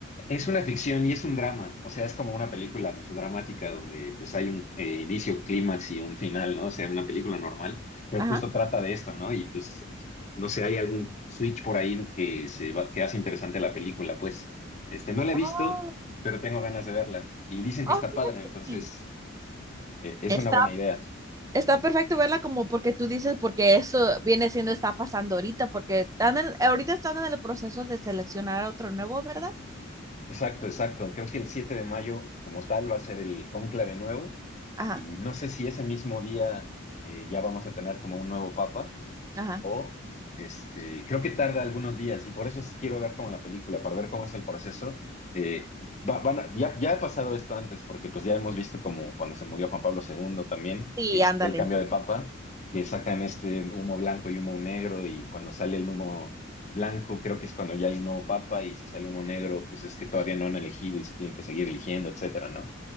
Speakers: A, on the left; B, on the right.
A: Es una ficción y es un drama, o sea, es como una película pues, dramática donde pues, hay un eh, inicio, clímax y un final, ¿no? O sea, una película normal, pero
B: Ajá.
A: justo trata de esto, ¿no? Y pues, no sé, hay algún switch por ahí que, se va- que hace interesante la película, pues, este, no la he
B: Oh,
A: visto, pero tengo ganas de verla. Y dicen
B: oh,
A: que está
B: fíjate.
A: padre, entonces, eh, es
B: Está,
A: una buena idea.
B: está perfecto verla como porque tú dices, porque eso viene siendo, está pasando ahorita, porque están en- ahorita están en el proceso de seleccionar a otro nuevo, ¿verdad?
A: Exacto, exacto. Creo que el 7 de mayo, como tal, va a ser el cónclave nuevo
B: Ajá,
A: y no sé si ese mismo día eh, ya vamos a tener como un nuevo papa
B: ajá.
A: o este, creo que tarda algunos días y por eso es- quiero ver como la película, para ver cómo es el proceso. Eh, va- van a- ya, ya ha pasado esto antes, porque pues ya hemos visto como cuando se murió Juan Pablo segundo también,
B: Sí,
A: que
B: ándale.
A: fue el cambio de papa, que sacan este humo blanco y humo negro y cuando sale el humo blanco creo que es cuando ya hay un nuevo papa y si sale humo negro pues es que todavía no han elegido y se tiene que seguir eligiendo, etcétera, ¿no?